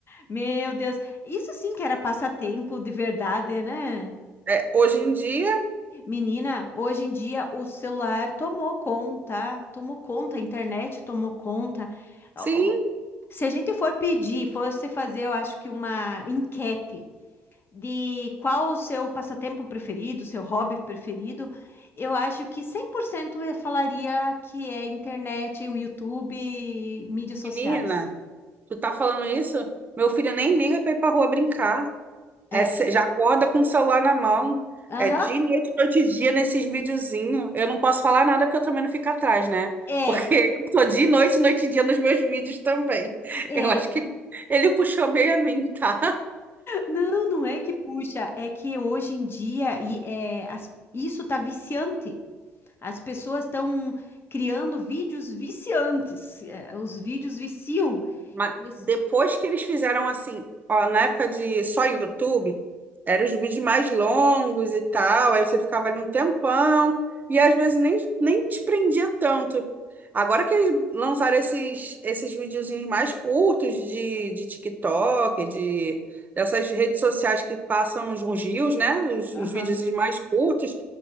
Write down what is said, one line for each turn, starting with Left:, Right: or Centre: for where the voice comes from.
Left: Meu Deus, isso sim que era passatempo de verdade, né?
Right: É, hoje em dia,
Left: Menina, hoje em dia o celular tomou conta, tomou conta, a internet tomou conta. Ó,
Right: sim,
Left: ó, Se a gente for pedir, fosse fazer, eu acho que uma enquete de qual o seu passatempo preferido, seu hobby preferido, eu acho que 100% eu falaria que é internet, o YouTube, mídias sociais.
Right: menina, tu tá falando isso? Meu filho nem liga pra ir pra rua brincar.
Left: É,
Right: É, se- já acorda com o celular na mão.
Left: aham.
Right: É dia e noite, noite e dia nesses videozinhos. Eu não posso falar nada porque eu também não fico atrás, né?
Left: É,
Right: Porque <laughs> eu tô dia e noite, noite e dia nos meus vídeos também.
Left: é.
Right: Eu acho que ele, ele puxou meio a mim, tá?
Left: Não, não é que puxa, é que hoje em dia e, é, as- isso tá viciante. As pessoas estão criando vídeos viciantes. é, os vídeos viciam.
Right: Mas
Left: Eles...
Right: depois que eles fizeram assim, ó, na época de só YouTube, eram os vídeos mais longos e tal, aí você ficava ali um tempão, e às vezes nem, nem te prendia tanto. Agora que eles lançaram esses, esses videozinhos mais curtos de, de TikTok, de, dessas redes sociais que passam uns, uns reels, né? Os,
Left: Aham,
Right: os videozinhos mais curtos.